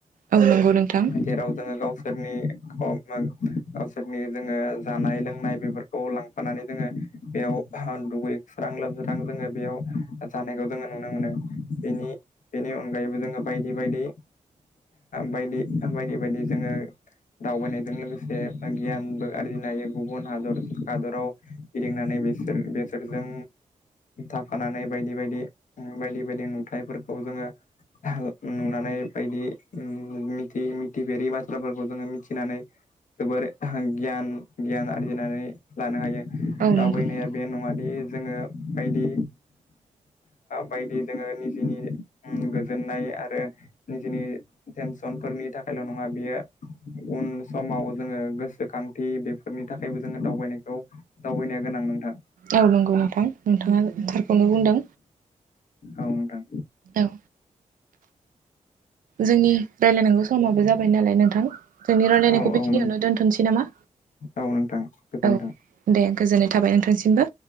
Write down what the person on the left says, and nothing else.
जेराव जोङो गावसोरनि अ नों गावसोरनि जोङो जानाय लोंनाय बेफोरखौ लां फानानै जोङो बेयाव दुगैस्रां लाोबस्रां जोङो बेयाव जानायखौ जोङो नुनो मोनो। बेनि बेनि अनगायैबो जोङो बायदि बायदि बायदि बायदि बायदि जोङो दावबायनायजों लोगोसे गियानबो आरजिनो हायो गुबुन हादर हादराव। गिदिंनानै बेसोर बेसोरजों थाफानानै बायदि बायदि उम बायदि बायदि नुथाइफोरखौ जोङो नुनानै बायदि उम मिथि मिथिफेरि बाथ्राफोरखौ जोङो मिथिनानै जोबोर गियान गियान आरजिनानै लानो हायो। दावबायनाया
बे नंङा दि जोङो बायदि बायदि जोङो निजेनि गोजोननाय आरो निजेनि थेन सनफोरनि थाखायल' नंङा बियो उन समाव जोङो गोसोखांथि बेफोरनि थाखायबो जोङो दावबायनायखौ दावबायनाया गोनां नोंथां।
औ नोंथां।
औ
औ नोंथां
औ नोंथां गोजोनथों।